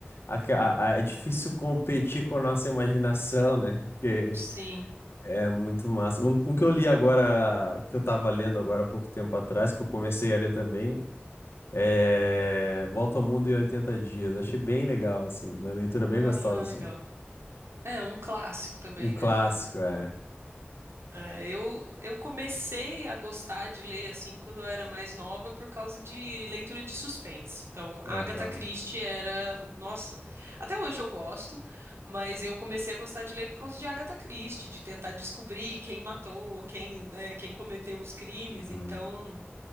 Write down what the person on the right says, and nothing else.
sim.
Ah,
legal. É um clássico também,
né?
É, eu, eu comecei a gostar de ler assim quando eu era mais nova por causa de leitura de suspense. Então,
Agatha Christie era, nossa, até hoje eu gosto, mas eu comecei a gostar de ler por causa de Agatha Christie, de tentar descobrir quem matou, quem, né, quem cometeu os crimes.
Então,